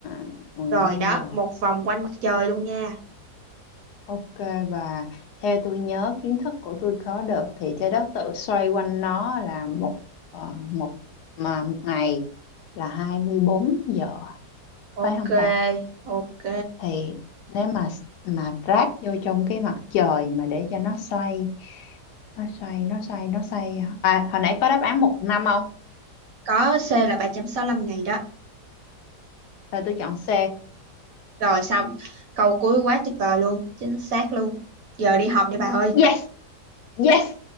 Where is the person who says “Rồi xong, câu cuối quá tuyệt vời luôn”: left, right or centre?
Right